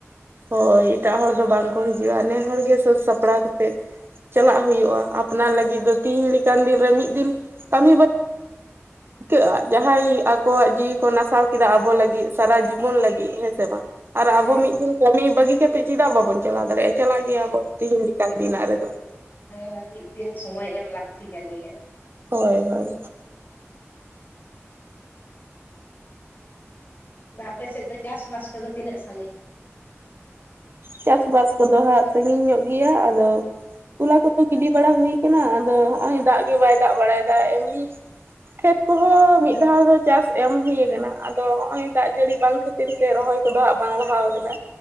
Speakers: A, on the right; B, on the left.
A: ᱦᱳᱭ ᱮᱴᱟᱜ ᱦᱚᱲ ᱫᱚ ᱵᱟᱝ ᱠᱚ ᱦᱤᱡᱩᱜᱼᱟ ᱱᱚᱱᱮ ᱦᱚᱲᱜᱮ ᱥᱟᱹᱛ ᱥᱟᱯᱲᱟᱣ ᱠᱟᱛᱮ ᱪᱟᱞᱟᱜ ᱦᱩᱭᱩᱜᱼᱟ ᱟᱯᱱᱟᱨ ᱞᱟᱹᱜᱤᱫ ᱫᱚ ᱛᱤᱦᱤᱧ ᱞᱮᱠᱟᱱ ᱫᱤᱱᱨᱮ ᱢᱤᱫ ᱫᱤᱱ ᱠᱟᱹᱢᱤ ᱵᱟᱝ ᱟᱹᱠᱟᱹᱜᱼᱟ ᱡᱟᱦᱟᱸᱭ ᱟᱠᱚᱣᱟᱜ ᱡᱤᱣᱤ ᱠᱚ ᱱᱟᱥᱟᱣ ᱠᱮᱫᱟ ᱟᱵᱚ ᱞᱟᱹᱜᱤᱫ ᱥᱟᱨᱟ ᱡᱤᱵᱚᱱ ᱞᱟᱹᱜᱤᱫ ᱦᱮᱸᱥᱮ ᱵᱟᱝ ᱟᱨ
B: ᱛᱚᱵᱮ
A: ᱟᱵᱚ ᱢᱤᱫ
B: ᱫᱚ
A: ᱫᱤᱱ ᱠᱟᱹᱢᱤ ᱵᱟᱹᱜᱤ ᱠᱟᱛᱮ ᱪᱮᱫᱟᱜ ᱵᱟᱵᱚᱱ ᱪᱟᱞᱟᱣ ᱫᱟᱲᱮᱭᱟᱜᱼᱟ ᱪᱟᱞᱟᱜ ᱜᱮᱭᱟ ᱵᱚᱱ ᱛᱮᱦᱤᱧ ᱞᱮᱠᱟᱱ ᱫᱤᱱᱟᱜ ᱨᱮᱫᱚ
B: ᱦᱮᱸ ᱢᱤᱫ ᱫᱤᱱ ᱥᱚᱢᱚᱭ ᱮᱢ ᱞᱟᱹᱠᱛᱤ ᱠᱟᱱ ᱜᱮᱭᱟ
A: ᱦᱳᱭ ᱦᱳᱭ
B: ᱟᱨ ᱟᱯᱮ ᱥᱮᱫ ᱫᱚ ᱪᱟᱥᱵᱟᱥ ᱠᱚᱫᱚ ᱛᱤᱱᱟᱹᱜ ᱥᱟᱺᱜᱤᱧ
A: ᱪᱟᱥᱵᱟᱥ ᱠᱚᱫᱚ ᱦᱟᱸᱜ ᱥᱟᱺᱜᱤᱧ ᱧᱚᱜ ᱜᱮᱭᱟ ᱟᱫᱚ ᱛᱚᱞᱟ ᱠᱚᱫᱚ ᱜᱤᱰᱤ ᱵᱟᱲᱟ ᱦᱩᱭ ᱠᱟᱱᱟ ᱟᱫᱚ <unintelligible> ᱫᱟᱜ ᱜᱮ ᱵᱟᱭ ᱫᱟᱜ ᱵᱟᱲᱟᱭᱮᱫᱟ ᱮᱢᱱᱤ ᱠᱷᱮᱛ ᱠᱚᱦᱚᱸ ᱢᱤᱫ ᱫᱷᱟᱣ ᱫᱚ ᱪᱟᱥ ᱮᱢ ᱦᱩᱭᱩ ᱠᱟᱱᱟ ᱟᱫᱚ ᱱᱚᱜ ᱚᱭ ᱫᱟᱜ ᱡᱟᱹᱲᱤ ᱵᱟᱝ ᱠᱷᱟᱹ ᱠᱷᱟᱹᱛᱤᱨ ᱛᱮ ᱨᱚᱦᱚᱭ ᱠᱚᱫᱚ ᱦᱟᱸᱜ ᱵᱟᱝ ᱞᱟᱦᱟᱣ ᱠᱟᱱᱟ